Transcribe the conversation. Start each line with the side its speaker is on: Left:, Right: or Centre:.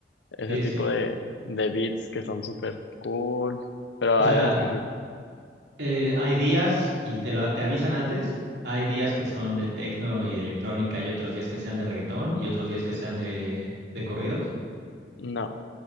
Left: ese
Right: Sí,
Left: tipo
Right: sí.
Left: de, de beats que son súper cool, pero
Right: O sea.
Left: hay veces que sí.
Right: Eh, hay días, y te, lo- te avisan antes, hay días que son de tecno y de electrónica y otros días que sean de reggaetón y otros días que sean de, de corridos.
Left: No,